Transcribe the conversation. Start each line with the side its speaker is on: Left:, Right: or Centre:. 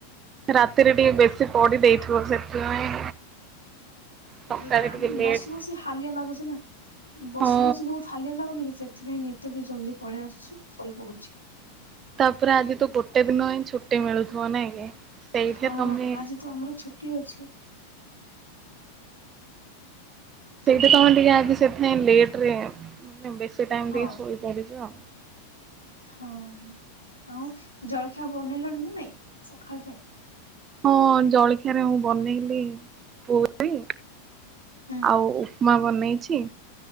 Right: ରାତିରେ ଟିକେ ବେଶୀ ପାଢ଼ୀ ଦେଇଥିବ ସେଥିପାଇଁ। ସକାଳେ
Left: ନା
Right: ଟିକେ
Left: ନା
Right: ଲେଟ୍
Left: ବସି ବସି ହାଲିଆ ଲାଗୁଚି ନାଁ। ବସି
Right: ହଁ
Left: ବସି ବହୁତ ହାଲିଆ ଲଗୁନିକି ସେଥିପାଇଁ ନିଦ ବି ଜଲ୍ଦି ପଳେଇ ଆସୁଛି ଶୋଇ ପଡୁଛି।
Right: ତାପରେ ଆଜି ତ ଗୋଟେ ଦିନ ହିଁ ଛୁଟି ମିଳୁଥିବ ନାହିଁ କି। ସେଇଠି
Left: ହଁ
Right: ତମେ
Left: ଆଜି ତ ଆମର ଛୁଟି ଅଛି।
Right: ସେଇଟା
Left: ହୁଁ
Right: ତମେ ଟିକେ ଆଜି ସେଥିାଇଁ ଲେଟ ରେ ମାନେ ବେଶୀ ବେଶୀ ଟାଇମ
Left: ହଁ
Right: ଟିକେ ଶୋଇ ପଡ଼ିଛ।
Left: ହଁ ଆଉ ଜଳଖିଆ ବନେଇଲଣି ନା ନାଇଁ ସକାଳ ପାଇଁ।
Right: ହଁ ଜଳଖିଆରେ ମୁଁ ବନେଇଲି ପୁରି
Left: ହୁଁ
Right: ଆଉ ମା ବନେଇଛି